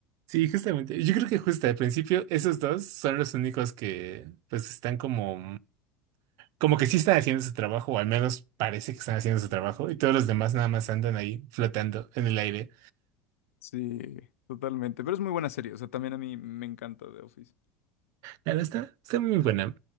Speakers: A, on the right (about 50°); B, on the left (about 70°).
A: Sí, justamente. Yo creo que justo al principio esos dos son los únicos que pues están como como que sí están haciendo su trabajo, o al menos parece que están haciendo su trabajo, y todos los demás nada más andan ahí flotando en el aire.
B: Sí, totalmente. Pero es muy buena serie, o sea, también a mí me encanta The Office.
A: Claro, está, está muy buena.